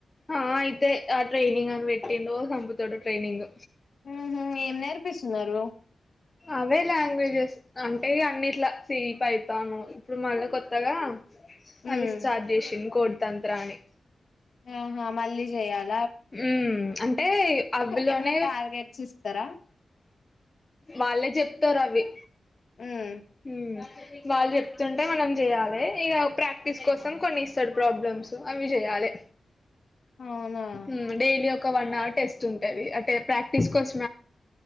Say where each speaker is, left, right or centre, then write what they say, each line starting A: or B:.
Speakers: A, on the left (about 20°); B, on the left (about 55°).
A: ఆ అయితయి ఆ ట్రెనింగ్ అని పెట్టిండు సంపుతడు ట్రెయినింగ్
B: ఉహు ఏం నేర్పిస్తున్నారు
A: అవే లాంగ్వేజెస్ అంటే అన్నిట్ల సి, పైథాను ఇప్పుడు మళ్ళ కొత్తగా
B: ఉమ్
A: అవి స్టార్ట్ చేసిండు కోడ్ తంత్ర అని
B: ఆహా మల్ళి చేయాాల
A: ఉ అంటే అవిలోనే
B: ఏమైనా టార్గెట్స్ ఇస్తారా
A: వాళ్ళే చెప్తారు అవి
B: ఉమ్
A: హమ్ వాళ్ళు చెప్తుంటే మనం చేయ్యాలి ఇక ప్రాక్టీస్ కోసం కొన్ని ఇస్తాడు ప్రాబ్లమ్స్ అవి చేయాలి
B: అవునా
A: ఆమ్ డైలీ ఒ ఒక వన్ అవర్ టెస్ట్ ఉంటది అంటే ప్రాక్టీస్ కోస్